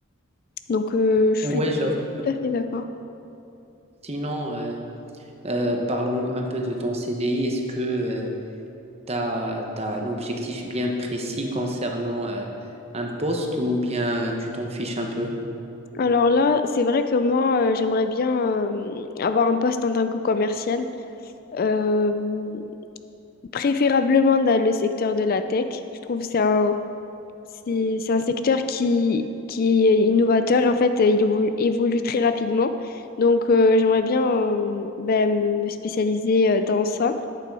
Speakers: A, on the left (about 45°); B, on the right (about 30°).
A: Donc euh, je suis
B: Ouais, j'avoue.
A: tout à fait d'accord.
B: Sinon, euh, euh, parlons un peu de ton CDI. Est-ce que euh, tu as, un objectif bien précis concernant euh, un poste ou bien tu t'en fiches un peu?
A: Alors là, c'est vrai que moi, euh, j'aimerais bien euh, avoir un poste en tant que commercial. Euh, préférablement dans le secteur de la tech. Je trouve que c'est un, c'est, c'est un secteur qui, qui est innovateur et en fait, il évo- évolue très rapidement. Donc, euh, j'aimerais bien euh, ben, me me spécialiser euh, dans ça.